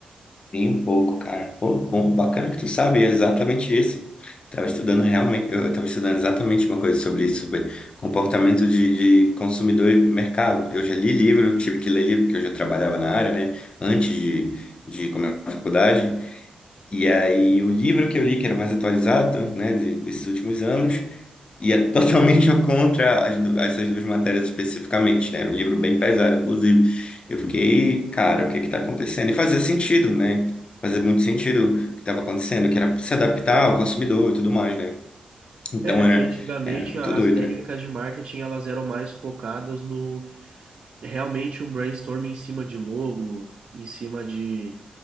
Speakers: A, on the left (about 40°); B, on the right (about 50°).
A: Sim, um pouco, cara. Pô, bom, bacana que tu sabe, é exatamente isso. Tava estudando realmente, eu tava estudando exatamente uma coisa sobre isso, sobre comportamento de, de consumidor e mercado. Eu já li livro, eu tive que ler livro, porque eu já trabalhava na área, né, antes de, de começar a faculdade. E aí, o livro que eu li, que era mais atualizado, né, de- desses últimos anos, e é totalmente <laughs> contra as, du- essas duas matérias especificamente, né? Era um livro bem pesado, inclusive. Eu fiquei, cara, o que que tá acontecendo? E fazia sentido, né? Fazia muito sentido o que estava acontecendo, que era se adaptar ao consumidor e tudo mais, né? Então
B: É,
A: era
B: que antigamente
A: é, muito
B: as
A: doido,
B: técnicas
A: né?
B: de marketing elas eram mais focadas no realmente um brainstorming em cima de logo, em cima de,